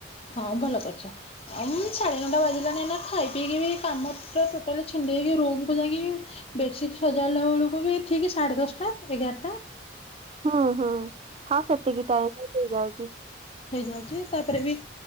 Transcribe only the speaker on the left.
ହଁ ଭଲ କରିଛ। ଆଉ ମୁଁ ସାଢ଼େ ଘଣ୍ଟା ବାଜିଲାନି ନା ଖାଇ ପିଇକି ବି କାମ ପୁରା ଟୋଟାଲି ଛିଣ୍ଡେଇକି ରୁମକୁ ଯାଇକି ବି ବେଡସିଟ୍ ସଜଡ଼ିଲା ବେଳକୁ ବି ଠିକ ସାଢ଼େ ଦଶଟା ଏଗାରଟା।
ହେଇଯାଉଛି ତାପରେ ବି